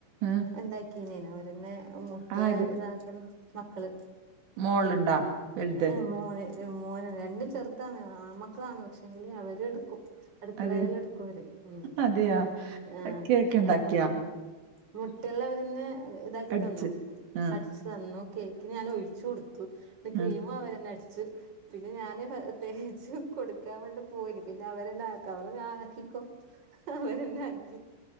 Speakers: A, on the right; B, on the right.
A: ആഹ്
B: ഉണ്ടാക്കിനേന ഓരന്നെ മുട്ട
A: ആര്
B: ഇതാക്കൽ മക്കള്,
A: മോളുണ്ടാ വലുത്
B: ഏ മോന്. മോനാണ് രണ്ടും ചെർതാണ്. ആമക്കളാണ്, പക്ഷെങ്കിൽ അവര് എടുക്കും. അടുക്കളയിലല്ലാം
A: അതെ
B: എടുക്കവര്. ഉം
A: അതെയാ
B: ആ
A: കേക്ക് ഉണ്ടാക്കിയാ
B: അപ്പം. മുട്ടല്ലാം അവരന്നെ ഇതാക്കി
A: അടിച്ച്
B: തന്നു.
A: ആ
B: അടിച്ച് തന്നു. കേക്ക് ഞാൻ ഒഴിച്ചു കൊടുത്തു. പിന്നെ ക്രീമവരന്നെ
A: ആ
B: അടിച്ചു. പിന്നെ ഞാന് പ തേച്ച് കൊടുക്കാൻ വേണ്ടി പോയിന്. പിന്നെ അവരന്നെ ആക്കാ ന്നറഞ്ഞു. ആ ആക്കിക്കോ. അവരന്നാക്കി,